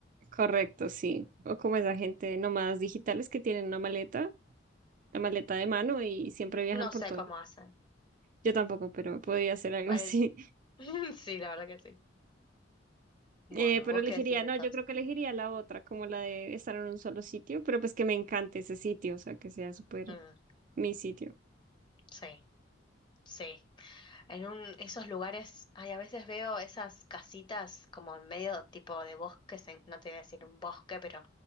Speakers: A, on the right (about 45°); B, on the left (about 25°).
A: correcto, sí. O como esa gente nómadas digitales que tienen una maleta, la maleta de mano y siempre viajan
B: No
A: por
B: sé
A: todo.
B: cómo hacen.
A: Yo tampoco, pero podría hacer algo
B: Pare-
A: así.
B: <laughs> Sí, la verdad que sí. Bueno,
A: Eh, pero
B: ¿vos
A: elegiría,
B: qué decís entonces?
A: no, yo creo que elegiría la otra, como la de estar en un solo sitio, pero pues que me encante ese sitio, o sea, que sea súper
B: Mm,
A: mi sitio.
B: sí, sí. En un, esos lugares, ay, a veces veo esas casitas como en medio tipo de bosques, en- no te voy a decir un bosque, pero